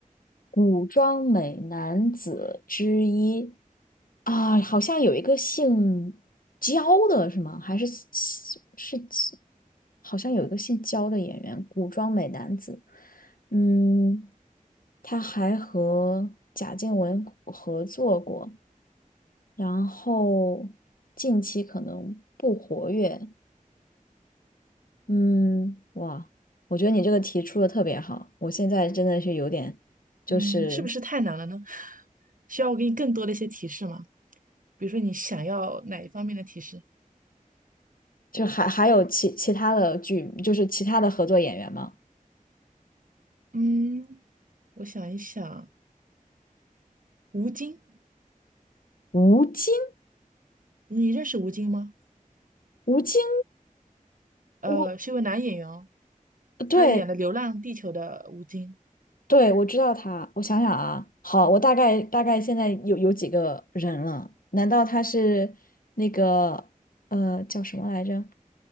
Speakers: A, on the left; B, on the right.
A: 古装美男子之一。啊，好像有一个姓焦的是吗？还是是，是好像有一个姓焦的演员，古装美男子。嗯，他还和贾静雯合作过，然后近期可能不活跃。嗯，哇，我觉得你这个题出的特别好，我现在真的是有点，就是
B: 嗯，是不是太难了呢？<laughs> 需要我给你更多的一些提示吗？比如说你想要哪一方面的提示？
A: 就还还有其其他的剧，就是其他的合作演员吗？
B: 嗯，我想一想，吴京，
A: 吴京。
B: 你认识吴京吗？
A: 吴京，
B: 呃，
A: 我
B: 是一位男演员哦，
A: 对
B: 他演了《流浪地球》的吴京。
A: 对，我知道他。我想想啊，好，
B: 嗯
A: 我大概大概现在有有几个人了？难道他是那个呃叫什么来着？